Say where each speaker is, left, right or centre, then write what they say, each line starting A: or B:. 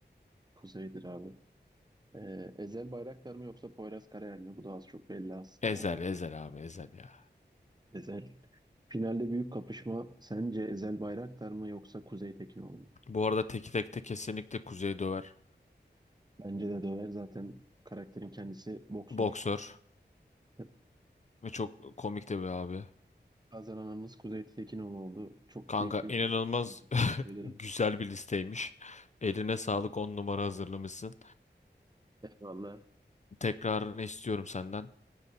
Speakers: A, on the right; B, on the left.
A: Kuzey'dir abi. Ee, Ezel Bayraktar mı yoksa Poyraz Karayel mi? Bu da az çok belli aslında.
B: Ezel Ezel abi Ezel ya.
A: Ezel. Finalde büyük kapışma. Sence Ezel Bayraktar mı yoksa Kuzey Tekinoğlu mu?
B: Bu arada teki tekte kesinlikle Kuzey döver.
A: Bence de döver. Zaten karakterin kendisi boksör.
B: Boksör.
A: Evet,
B: Ve çok komik de bir
A: O
B: abi.
A: zaman kazananımız Kuzey Tekinoğlu oldu. Çok
B: Kanka
A: keyifli bir
B: inanılmaz
A: sohbet. oldu.
B: <laughs>
A: Teşekkür ederim.
B: güzel bir listeymiş. Eline sağlık 10 numara hazırlamışsın.
A: Eyvallah.
B: Tekrarını istiyorum senden.